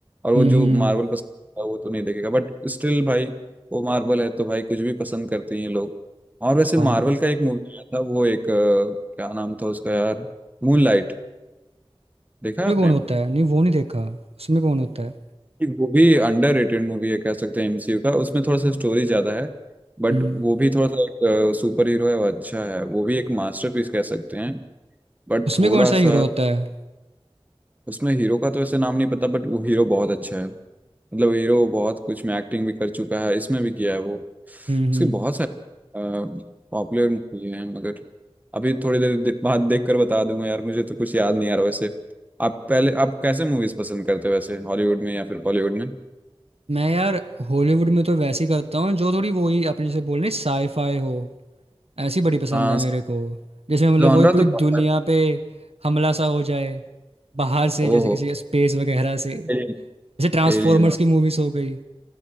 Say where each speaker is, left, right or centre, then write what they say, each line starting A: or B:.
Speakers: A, on the right; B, on the right.
A: और वो
B: हम्म
A: जो
B: हम्म
A: मार्वल पसंद है वो तो नहीं देखेगा बट स्टिल भाई वो मार्वल है तो भाई कुछ भी पसंद करते हैं लोग और वैसे
B: हाँ
A: मार्वल
B: उसमें
A: का एक मूवी आया था वो एक अ, क्या नाम था उसका यार मूनलाइट देखा है
B: कौन
A: आपने
B: होता है नहीं वो नहीं देखा उसमें कौन होता है
A: एक वो भी अंडररेटेड मूवी है कह सकते हैं एमसीयू का उसमें थोड़ा सा स्टोरी ज्यादा है बट
B: हम्म
A: वो भी थोड़ा सा एक सुपर हीरो है वो अच्छा है वो भी एक मास्टरपीस कह सकते हैं बट
B: उसमें
A: थोड़ा
B: कौन सा हीरो
A: सा
B: होता है
A: उसमें हीरो का तो ऐसे नाम नहीं पता बट वो हीरो बहुत अच्छा है मतलब हीरो बहुत कुछ में एक्टिंग भी कर चुका है इसमें भी किया है वो
B: हम्म हम्म
A: उसके बहुत सारे पॉपुलर मूवी हैं मगर अभी थोड़ी देर दे- बाद देख कर बता दूंगा यार मुझे तो कुछ याद नहीं आ रहा वैसे आप पहले आप कैसे मूवीज पसंद करते हो वैसे हॉलीवुड में या फिर बॉलीवुड में
B: मैं यार हॉलीवुड में तो वैसे ही करता हूँ जो थोड़ी वही अपने जैसे बोल रही साईफाई हो ऐसी बड़ी पसंद
A: हाँ
B: है मेरे को जिसमें मतलब
A: जॉनरा
B: वही पूरी
A: तो प्रॉपर
B: दुनिया पे हमला सा हो जाए बाहर से जैसे
A: ओहो
B: किसी स्पेस वगैरह से
A: एलियन
B: जैसे ट्रांसफॉर्मर्स
A: Alien one
B: की मूवीज हो गई